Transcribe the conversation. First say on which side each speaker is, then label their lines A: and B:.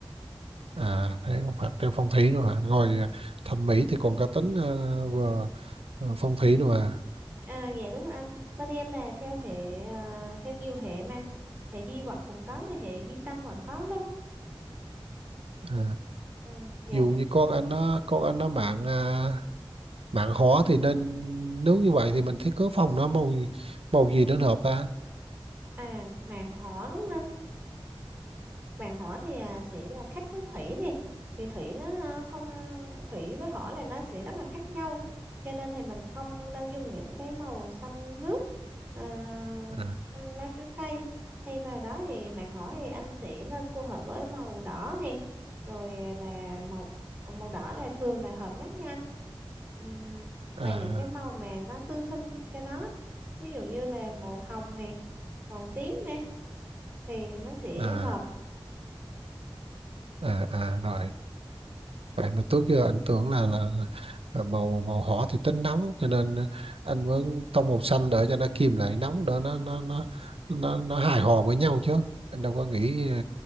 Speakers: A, on the right; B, on the right.
A: à thế còn phải thêm phong thủy nữa hả ngồi à, thẩm mỹ thì còn có tính à, vừa vừa phong thủy nữa à,
B: à dạ đúng rồi anh bên em là theo hệ ờ, theo nhiều hệ mà hệ duy vật cũng có mà hệ duy tâm vẫn có luôn
A: à
B: ừ dạ
A: dù như con anh nó con anh nó mạng à, mạng hóa thì nên nếu như vậy thì mình thiết kế phòng nó màu màu gì đến hợp ta
B: à màn họ đúng không anh vàng hỏa thì à, sẽ là khác với thủy nè vì thủy nó à, không thủy với hỏa là nó sẽ rất là khác nhau cho nên thì mình không nên dùng những cái màu xanh nước à,
A: ừ.
B: xanh lá chuối cây thay vào đó thì bạn hỏi thì anh sẽ nên phù hợp với màu đỏ nè rồi là màu màu đỏ là thường là hợp nhất nha anh Ừm,
A: à
B: và những cái màu mà nó tương sinh cho nó ví dụ như là màu hồng nè màu tím nè thì nó sẽ
A: à
B: hợp
A: à à rồi vậy mà trước giờ anh tưởng là là là màu màu hỏa thì tính nóng cho nên ờ, anh muốn tông màu xanh để cho nó kìm lại nóng đỡ nó nó nó nó nó hài hòa với nhau chứ anh đâu có nghĩ ờ,